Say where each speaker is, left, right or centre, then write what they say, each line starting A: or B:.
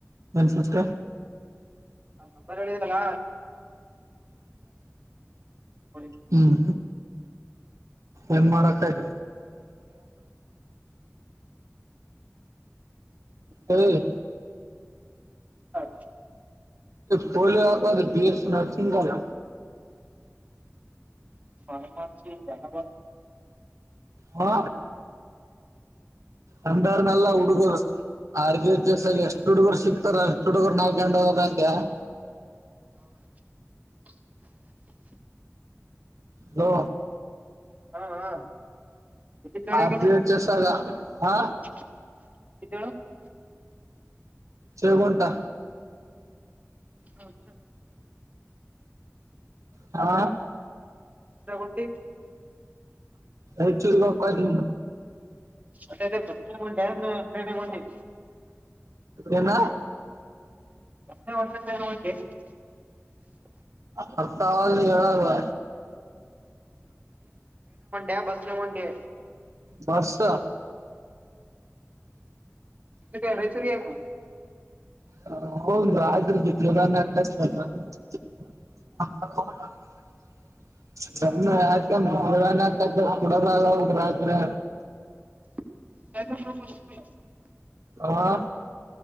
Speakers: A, on the right; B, on the right.
A: ಒನ್ ಸಿಫ್ಟ್
B: ನಂಬರ್ ಹೇಳಿದಲ್ಲ ಅಗೆ
A: ಹ್ಮ್ ಏನ್ ಮಾಡತ ಇದ <unintelligible> ಹ್ಮ್
B: ಓಕ
A: ಪೋಲಿಯ ಬಿ ಎಸ್ ನಸಿಂಗಲ್ಲ
B: ಮ ಮ ಜಾವ
A: ಹಾ ರಂಡಾರ ನಲ್ಲಾ ಉಡುಗ <unintelligible> ಆರ್ ಜಸ ಎಷ್ಟು ಹುಡುಗರು ಸಿಕ್ತಾರ ಅಷ್ಟ್ ಹುಡುಗರು ನಾಲ್ಕಂಡ ಹೋಗಂತೆ್ಯಾ
B: ಹ್ಮ
A: ಹಲೋ
B: ಹಾ ಹಾ <unintelligible> ಗಾಳಿ
A: ಆರ್
B: ನೀವು
A: ಬಿ ಎಚ್ ಎಸ್ ಆಗ ಹಾ
B: <unintelligible>
A: ಸೇವ್ ಗುಂಟಾ
B: ಹೌ
A: ಆ
B: ದ ಗುಂಡಿ
A: ಐಚುಲ್ಲಾ ಕಾದಿಮ್
B: ಮತ್ತೆ ಬ <unintelligible> ಕ್ರೀಡ ಮಂಡಿ.
A: ಏನ
B: <unintelligible>
A: ಬರ್ತಾ ಇವ್ನಿ ಹೇಳಲ್ಲ.
B: ಯಾವ್ ಬಸ್ನಾಗ್ ಹೊಂಟಿ.
A: ಬಸ್ಸ
B: ಕೆ ಮೈಸೂರಿ ಏನು
A: ಹ ಹೌದು ಆದ್ರ <unintelligible> ಪ್ರದಾನ ಕಷ್ಟ <unintelligible> <unintelligible> <unintelligible> ಹಾಕ್ಯಂದ್ ಕೊಡದಾಗೋಗ ರಾತ್ರಿ.
B: <inaudible> <unintelligible>
A: ಹಾ